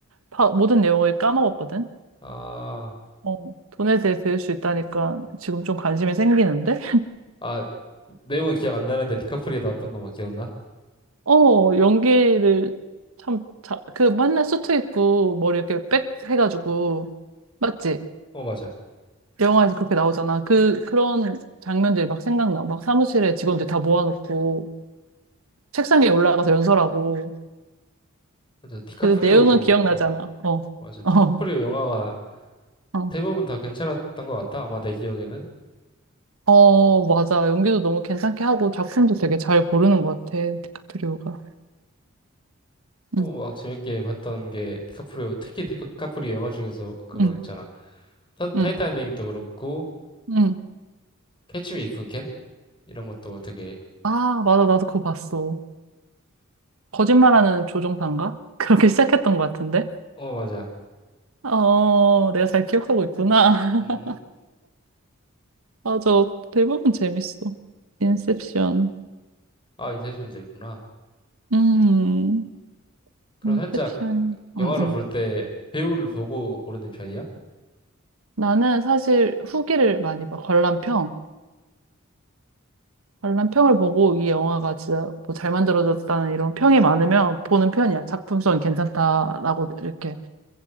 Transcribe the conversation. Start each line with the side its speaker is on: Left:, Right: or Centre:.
Right: 다, 모든 내용을 까먹었거든?
Left: 아.
Right: 어, 돈에 대해 배울 수 있다니까 지금 좀 관심이 생기는데?
Left: 아, 내용은 기억 안 나는데 디카프리오 나왔던 것만 기억나?
Right: 어, 연기를 참, 자, 그 맨날 수트 입고 머리 이렇게 빽 해가지고, 맞지?
Left: 어, 맞아.
Right: 영화에서 그렇게 나오잖아. 그, 그런 장면들이 막 생각나. 막 사무실에 직원들 다 모아놓고, 책상 위에 올라가서 연설하고.
Left: 맞아. 디카프리오,
Right: 근데 내용은 기억나잖아.
Left: 어,
Right: 어,
Left: 맞아. 디카프리오
Right: 어,
Left: 영화가
Right: 어.
Left: 대부분 다 괜찮았던 것 같아. 아마 내 기억에는.
Right: 어, 맞아. 연기도 너무 괜찮게 하고, 작품도 되게 잘 고르는 것 같아. 디카프리오가.
Left: 또
Right: 응,
Left: 막 재밌게 봤던 게 디카프리오, 특히 디카프리오 영화 중에서 그 막
Right: 응,
Left: 있잖아. 타, 타이타닉도
Right: 응,
Left: 그렇고,
Right: 응.
Left: 캐치 미 이프 캔? 이런 것도 되게,
Right: 아, 맞아. 나도 그거 봤어. 거짓말하는 조종사인가? <laughs> 그렇게 시작했던 것 같은데?
Left: 어, 맞아.
Right: 어, 내가 잘 기억하고 있구나.
Left: 음,
Right: <laughs> 맞아. 대부분 재밌어. 인셉션.
Left: 아, 인셉션도 있구나.
Right: 음,
Left: 그럼
Right: 인셉션.
Left: 살짝 영화를
Right: 음, 음.
Left: 볼 때 배우를 보고 고르는 편이야?
Right: 나는 사실 후기를 많이 봐. 관람평. 관람평을 보고 이 영화가 진짜 뭐 잘 만들어졌다는 이런 평이 많으면 보는 편이야. 작품성이 괜찮다라고 이렇게